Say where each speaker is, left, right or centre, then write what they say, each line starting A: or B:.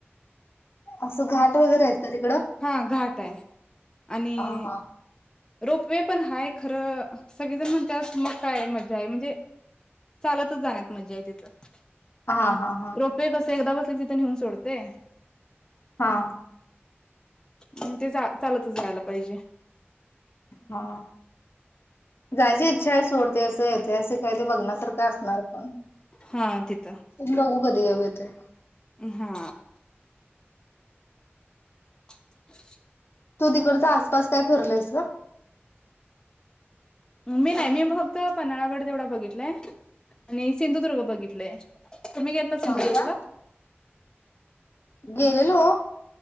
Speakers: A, on the left (about 65°); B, on the left (about 15°).
A: असं घाट वगैरे आहेत का तिकडं?
B: हा घाट आहे आणि
A: अ हा
B: रोपवे पण हाय खरं सगळीजण म्हणत्यात मग काय मजा आहे म्हणजे चालतच जाण्यात मजा आहे तिथं
A: हा हा हा
B: रोपवे कस एकदा बस तिथं नेऊन सोडते
A: हा
B: मंग ते जा चालतच जायला पाहिजे
A: हा जायची इच्छा आहे सोड ते असं ऐतिहासिक आहे ते बघण्यासारखं असणार पण
B: हा तिथ
A: उम्म बघू कधी येवेत ते
B: हा <inaudible>
A: तू तिकडचा आस कस काय फरलयस ग
B: मी नाही मी फक्त पन्हाळगड तेवढा बघितलाय. आणि सिंधुदुर्ग बघितलंय. तुम्ही गेलता सिंधुदुर्ग
A: हो का
B: ला?
A: गेलेलो